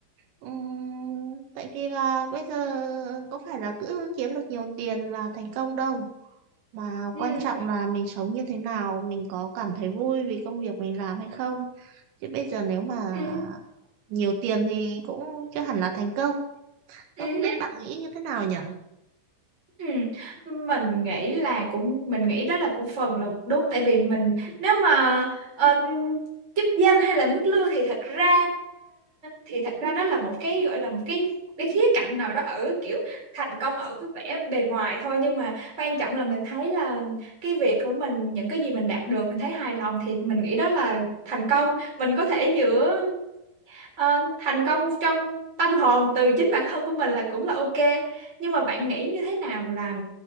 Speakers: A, on the right; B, on the right.
A: Ừm, tại vì là bây giờ có phải là cứ kiếm được nhiều tiền là thành công đâu. Mà
B: ừ
A: quan trọng là mình sống như thế nào, mình có cảm thấy vui vì công việc mình làm hay không. Chứ bây giờ nếu mà
B: ừ
A: nhiều tiền thì cũng chưa hẳn là thành công.
B: ừ
A: Nó không biết bạn nghĩ như thế nào nhỉ?
B: Ừ. Mình nghĩ là cũng mình nghĩ đó là cũng phần là đúng tại vì mình nếu mà ờ, chức danh hay là mức lương thì thật ra thì thật ra đó là một cái gọi là một cái cái khía cạnh nào đó ở kiểu thành công ở cái vẻ bề ngoài thôi nhưng mà quan trọng là mình thấy là cái việc của mình những cái gì mình đạt được mình thấy hài lòng thì mình nghĩ đó là thành công mình có thể giữa Ờ, thành công trong tâm hồn từ chính bản thân của mình là cũng là ok nhưng mà bạn nghĩ như thế nào là